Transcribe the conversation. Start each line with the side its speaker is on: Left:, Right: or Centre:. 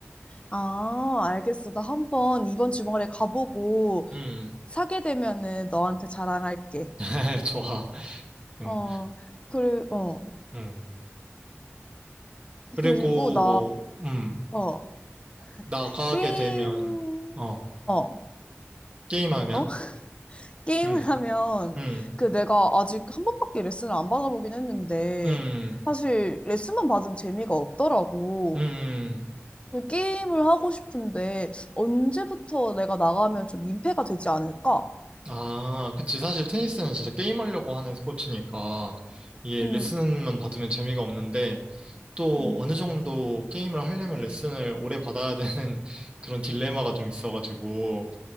Left: 아, 알겠어. 나 한번 이번 주말에 가보고
Right: 음,
Left: 사게 되면은 너한테 자랑할게.
Right: <laughs> 좋아. 음,
Left: 어, 그리, 어,
Right: 음. 그리고
Left: 그리고 나,
Right: 뭐, 음,
Left: 어,
Right: 나가게
Left: 게임,
Right: 되면, 어.
Left: 어,
Right: 게임하면?
Left: 어? <laughs> 게임을
Right: 음,
Left: 하면,
Right: 음,
Left: 그 내가 아직 한 번밖에 레슨을 안 받아보긴 했는데,
Right: 음,
Left: 사실 레슨만 받으면 재미가 없더라고.
Right: 음. 음.
Left: 그 게임을 하고 싶은데, 언제부터 내가 나가면 좀 민폐가 되지 않을까?
Right: 아, 그치. 사실 테니스는 진짜 게임하려고 하는 스포츠니까 이게
Left: 응,
Right: 레슨만 받으면 재미가 없는데 또
Left: 응,
Right: 어느 정도 게임을 하려면 레슨을 오래 받아야 되는 <laughs> 그런 딜레마가 좀 있어가지고